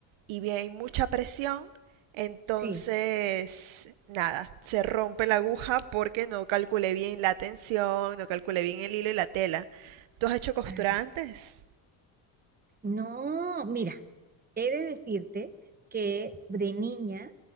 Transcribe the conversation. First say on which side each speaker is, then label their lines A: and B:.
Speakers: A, on the right; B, on the right.
A: y bien, hay mucha presión, entonces,
B: sí,
A: nada, se rompe la aguja porque no calculé bien la tensión, no calculé bien el hilo y la tela. ¿Tú has hecho costura
B: claro.
A: antes?
B: No, mira. He de decirte que de niña,